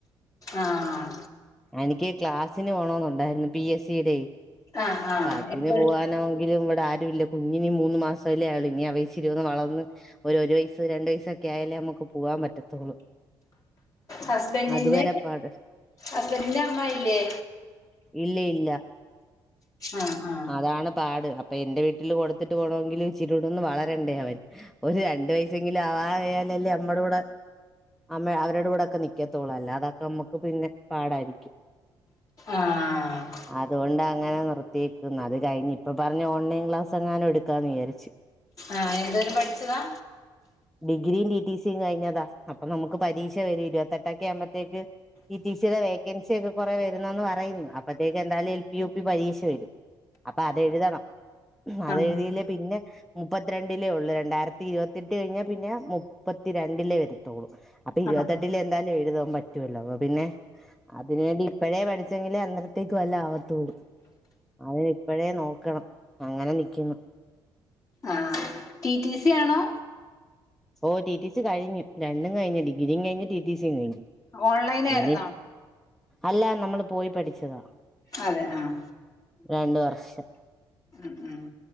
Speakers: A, on the left; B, in the centre.
A: ആഹ്
B: എനിക്ക് ക്ലാസ്സിന് പോണോന്നുണ്ടായിരുന്നു പി എസ് സിയുടെ
A: ആഹ് ആഹ്
B: അപ്പൊ അതിന്
A: എന്റെ
B: പോവാനാണെങ്കിലും ഇവിടെ ആരുമില്ല കുഞ്ഞിന് മൂന്ന് മാസമല്ലേ ആയുള്ളൂ ഇനി അവ ഇച്ചിരി ഒന്ന് വളർന്ന് ഒരു ഒരു വയസ്സ് രണ്ട് വയസ്സൊക്കെ ആയാലേ നമുക്ക് പോവാൻ പറ്റത്തുള്ളൂ
A: ഹസ്ബൻഡിന്റെ
B: അതുവരെ പാട്
A: ഹസ്ബൻഡിന്റെ അമ്മ ഇല്ലേ
B: ഇല്ല ഇല്ല
A: ആഹ് ആഹ്
B: അതാണ് പാട് അപ്പൊ എന്റെ വീട്ടില് കൊടുത്തിട്ട് പോണമെങ്കിൽ ഇച്ചിരൂടെ ഒന്ന് വളരണ്ടേ അവൻ ഒരു രണ്ട് വയസ്സെങ്കിലും ആവായാലല്ലേ നമ്മടെ കൂടെ അമ്മ അവരുടെ കൂടെക്കെ നിക്കത്തോളൂ അല്ലാതൊക്കെ നമ്മുക്ക് പിന്നെ പാടായിരിക്കും
A: ആഹ്
B: അതുകൊണ്ട് അങ്ങനെ നിർത്തിയേക്കുന്നു അത് കഴിഞ്ഞ് ഇപ്പൊ പറഞ്ഞ ഓൺലൈൻ ക്ലാസ് എങ്ങാനും എടുക്കാന്ന് വിചാരിച്ചു
A: ആഹ് എന്തോരം പഠിച്ചതാ
B: ഡിഗ്രിയും ടി ടി സിയും കഴിഞ്ഞതാ അപ്പൊ നമുക്ക് പരീക്ഷ വരും ഇരുപത്തെട്ടൊക്കെ ആവുമ്പത്തേക്ക് ടി ടി സിയുടെ വേക്കൻസി ഒക്കെ കൊറെ വരുന്നന്ന് പറയുന്നു അപ്പത്തേക്ക് എന്തായാലും എൽ പി യു പി പരീക്ഷ വരും അപ്പൊ അത് എഴുതണം അതെഴുതിയില്ലേ
A: ആഹ്
B: പിന്നെ മുപ്പത്തിരണ്ടിലേ ഉള്ളൂ രണ്ടായിരത്തി ഇരുപത്തെട്ട് കഴിഞ്ഞാൽ പിന്നെ മുപ്പത്തിരണ്ടിലേ വരത്തുള്ളൂ അപ്പൊ ഇരുപത്തെട്ടില്
A: ആഹ്
B: എന്തായാലും എഴുതാൻ പറ്റുവല്ലോ അപ്പൊ പിന്നെ അതിന് വേണ്ടി ഇപ്പഴേ പഠിച്ചെങ്കിലേ അന്നരത്തേക്ക് വല്ല ആവത്തുള്ളൂ അതിന് ഇപ്പഴേ നോക്കണം അങ്ങനെ നിക്കുന്നു
A: ആഹ് ടി ടി സി ആണോ
B: ഓ ടി ടി സി കഴിഞ്ഞു രണ്ടും കഴിഞ്ഞു ഡിഗ്രിയും കഴിഞ്ഞു ടി ടി സിയും കഴിഞ്ഞു
A: ഓൺലൈൻ ആയിരുന്നോ
B: ഇനി അല്ല നമ്മള് പോയി പഠിച്ചതാ
A: അതെ ആഹ്
B: രണ്ട് വർഷം
A: ഉം ഉം